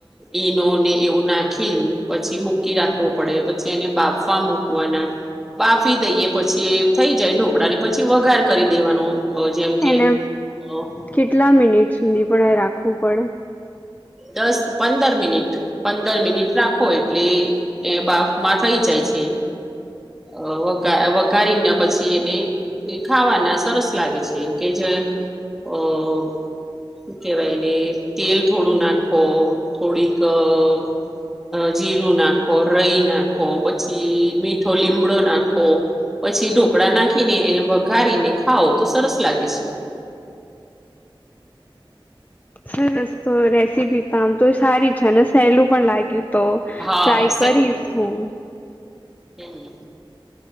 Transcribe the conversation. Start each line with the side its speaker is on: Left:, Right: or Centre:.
Centre: ઈનો ને એવું નાખીન પછી મૂકી રાખવો પડે પછી એને બાફવા મૂકવાના બાફ વા દઈએ પછી એ થઈ જાય ઢોકળા ને પછી વગાર કરી દેવાનું અહ જેમ કે
Left: એને
Centre: અહ
Left: કેટલા મિનિટ સુધી પણ એ રાખવું પડે?
Centre: દસ-પંદર મિનિટ. પંદર મિનિટ રાખો એટલે એ એ બાફમાં થઈ જાય છે. અહ વઘા વઘારીને પછી એને એ ખાવાના સરસ લાગે છે કે જે અહ હું કેહેવાય એને, તેલ થોડું નાખો, થોડીક અહ જીરું નાખો, રઈ નાખો પછી મીઠો લીમડો નાખો પછી ઢોકળા નાખીને એને વઘારીને ખાાવ તો સરસ લાગે છે.
Left: સરસ તો રેસીપી તો આમ તો એ સારી છે ને સહેલું પણ લાગ્યું તો ટ્રાય
Centre: હા
Left: કરીશું હું.
Centre: હમ્મ.